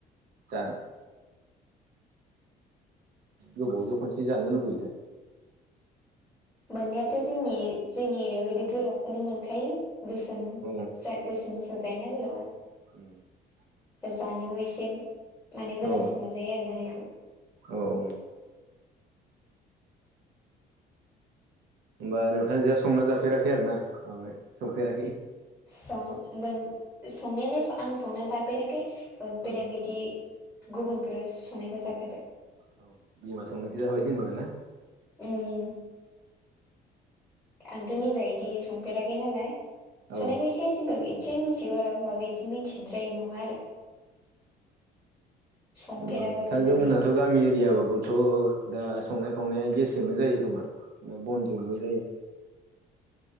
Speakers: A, on the right (about 70°); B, in the centre.
A: दा। गोबावजों खनसे जानो लुबैयोना।
B: मोननायाथ' जोंनि -जोंनि एरिायाव बिदि गोलावखौनो मोनखायो गोसोम
A: औ
B: गोसोम गोसोम जायोना गोलावा
A: <unintelligible>
B: जानायाव एसे माने मोजांसिन
A: औ
B: मोनजायो आरो ना इखौ
A: औ औ होमबा नोंथांजोंहा संना जाफेराखै आर ना माबाय सौफेराखै
B: सं- संनायालाय आं संना जाफेराखै ओ
A: उम
B: बेलेग बिदि गुबुनफोर संनायबो जागेरबाय
A: औ बिमा संनायखौ जाबाय
B: ओम आंथ' निजा इदि संफेराखै नालाय
A: औ
B: संनायखौ एसे आइथिंफोर इसे मिथिगौ आरो होनबाबो बिदि मिथिद्रायि नङा आरो। संफेराबाबो
A: ओ नोंथांमोनहा
B: माने
A: दाथ' गामि एरियायावबोथ' दा संनाय खावनाया गेसेजोंनो जायो खोमा। ना बनजोंबो जायो।